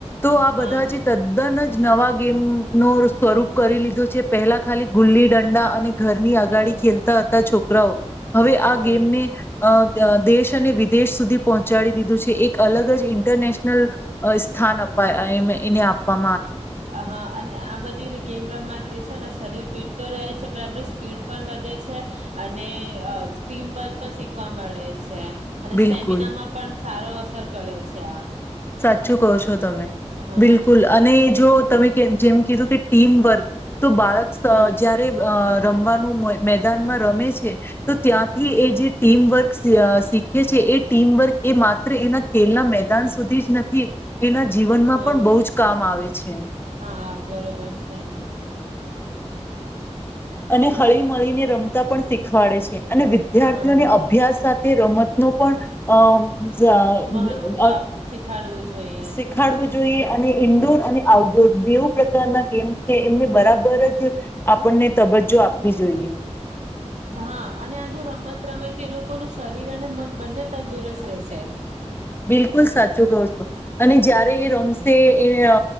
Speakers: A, on the left; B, on the right.
A: તો આ
B: હા
A: બધા જે તદ્દન જ નવા ગેમ નો સ્વરૂપ કરી લીધું છે પહેલા ખાલી ગુલ્લી દંડ અને ઘરની અગાડી
B: હા
A: ખેલતા હતા છોકરા. હવે
B: હા
A: આ ગેમને અ દેશ અને વિદેશ સુધી પહોચ પહંચાડી દીધું છે એક અલગ જ ઇન્ટરનેશનલ અ સ્થાન અપાય. અ એને એને આપવા
B: અ હા અને આ બધી રી ગેમ રમવા તે છે ને શરીર ફિટ તો રહે છે પણ આપડી સ્પીડ પણ વધે છે અને અ ટીમવર્ક પણ શીખવા મળે છે. અને
A: બિલકુલ
B: સ્ટેમિના માં પણ સારો અસર કરે છે આ.
A: સાચું કહો છો તમે
B: હા
A: બિલકુલ અને જો તમે કેમ જેમ કીધું કે ટીમ વર્ક તો બાળક સ
B: હા
A: અ જયારે અ રમવાનું મેઈન મેન તાનમાં રમે છે તો ત્યાંથી એ જે ટીમવર્ક શીખે છે એ ટીમવર્ક એ માત્ર એના ખેલના મેદાન સુધી થી જ નથી. એના જીવનમાં
B: હા
A: પણ બહુ જ કામ આવે છે.
B: હા બરોબર છે.
A: અને હળી મળીને રમતા પણ શીખવાડે છે અને વિદ્યાર્થીઓને
B: હા
A: અભ્યાસ સા તે રમત ને પણ અ જ્યારે
B: મહત્વ
A: અ
B: આપ શીખાડવું જોઈએ
A: શીખાડવું જોઈએ. અને ઇન્ડોર અને આઉટડોર બેવું પ્રકારના ગેમ છે એમને બરાબર જ આપણને તબજ્જો આપવી જોઈએ.
B: હા અને આ જો રમત રમે એ લોકોનું શરીર અને મન બંને તંદુરસ્ત રહેશે.
A: બિલકુલ સાચું કઉ છો અને જયારે એ રમશે એ અ